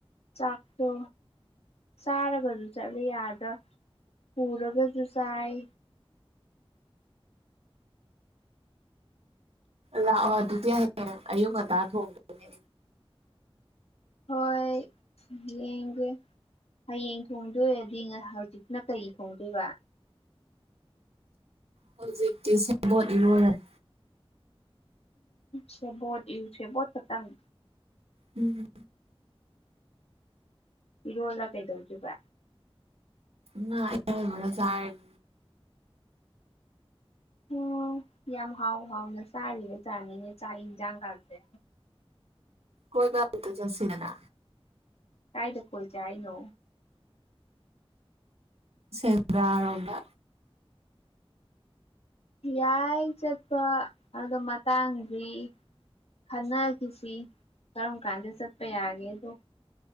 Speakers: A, on the left; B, on the right.
A: ꯆꯥꯛꯇꯣ ꯆꯥꯔꯒꯁꯨ ꯆꯠꯂꯦ ꯑꯗ ꯄꯨꯔꯒꯁꯨ ꯆꯥꯏ
B: ꯂꯥꯛꯑꯣ ꯑꯗꯨꯗꯤ ꯍꯌꯦꯡ ꯑꯌꯨꯛ ꯉꯟꯇꯥ ꯊꯣꯡꯗꯅꯦ
A: ꯍꯣꯏ ꯍꯌꯦꯡꯁ ꯍꯌꯦꯡ ꯊꯣꯡꯗꯣꯏꯔꯗꯤ ꯍꯧꯖꯤꯛꯅ ꯀꯩ ꯊꯣꯡꯗꯣꯏꯕ
B: ꯍꯧꯖꯤꯛꯇꯤ ꯁꯦꯕꯣꯠ ꯏꯔꯣꯜꯂꯅꯤ
A: ꯁꯦꯕꯣꯠ ꯁꯦꯕꯣꯠ ꯈꯠꯪ
B: ꯎꯝ
A: ꯏꯔꯣꯂ ꯀꯩꯗꯧꯗꯣꯏꯕ
B: ꯉꯥ ꯑꯇꯥꯎꯕꯒꯥ ꯆꯔꯥꯅꯤ
A: ꯑꯣ ꯌꯥꯝ ꯍꯥꯎ ꯍꯥꯎꯅ ꯆꯥꯔꯤꯕ ꯆꯥꯅꯤꯅꯦ ꯆꯥꯛ ꯌꯦꯟꯖꯥꯡꯒꯥꯁꯦ
B: ꯀꯣꯏꯕ ꯑꯃꯇ ꯆꯠꯁꯤꯗꯅ
A: ꯇꯥꯏꯗ ꯀꯣꯏ ꯖꯦ ꯍꯥꯏꯅꯣ
B: ꯁꯦꯟꯗꯔꯣꯝꯗ
A: ꯌꯥꯏ ꯆꯠꯄ ꯑꯗꯣ ꯃꯇꯥꯡꯗꯤ ꯈꯟꯅꯈꯤꯁꯤ ꯀꯔꯝ ꯀꯥꯟꯗ ꯆꯠꯄ ꯌꯥꯒꯦꯗꯣ